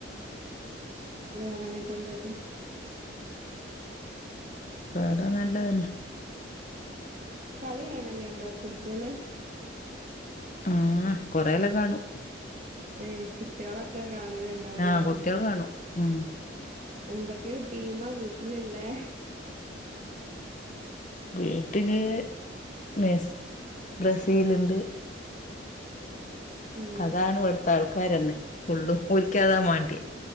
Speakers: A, on the right; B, on the left.
A: വേറെങ്ങിട്ട് എന്തൊക്കെ
B: വേറെ നല്ലതന്നെ
A: കളി കാണല്ലേണ്ടോ ഫുട്ബോള്
B: ആഹ് കൊറെല്ല കാണും
A: ഏ കുട്ടികളൊക്കെ- കാണണ് ഒണ്ടാവ് ഇല്ലേ
B: ആഹ്
A: ആ
B: കുട്ടികള്
A: കുട്ടി-
B: കാണും ഉം
A: എന്തൊക്കെയ ടീമാ വീട്ടിലുള്ളെ -
B: വീട്ടില് മെസ് ബ്രസീലുണ്ട്
A: ഉം
B: അതാണ് ഇവിടുത്തെ ആൾക്കാര് തന്നെ ഫുള്ളും പോലിക്കാതാ വേണ്ടിയെ